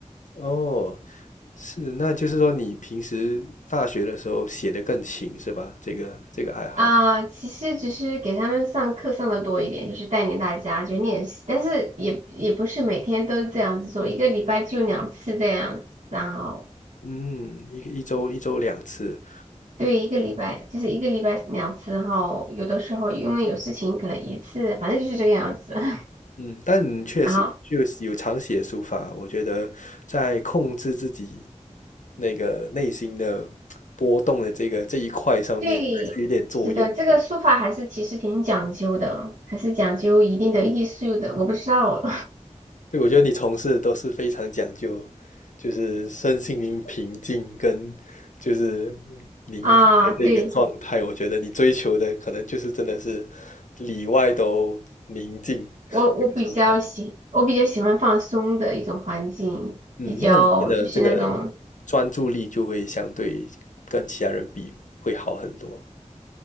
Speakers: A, on the left; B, on the right.
A: 哦，是，那就是说你平时大学的时候写的更勤是吧？这个这个爱好，
B: 啊，其实只是给他们上课上的多一点，就是带领大家去练习，但是也也不是每天都这样子做，一个礼拜就两次这样子，然后
A: 嗯，一一周一周两次。
B: 对一个礼拜就是一个礼拜两次，然后有的时候因为有事情可能一次，反正就是这个样子。<laughs>
A: 嗯，但确实就是有常写书法，
B: 然后
A: 我觉得在控制自己那个内心的波动的这个这一块上面是有点作用。
B: 对，是的，这个书法还是其实挺讲究的，
A: 我
B: 还是讲究一定的艺术的，我不知道
A: 对，我觉得你从事的都是非常讲究，就是身心灵平静跟就是宁静的这个状态。
B: <laughs> 啊，对。
A: 我觉得你追求的可能就是真的是里外都宁静。
B: 我我比较喜我比较喜欢放松的一种环境，
A: 状态。嗯，
B: 比较就是那种
A: 那你们的这个专注力就会相对跟其他人比会好很多，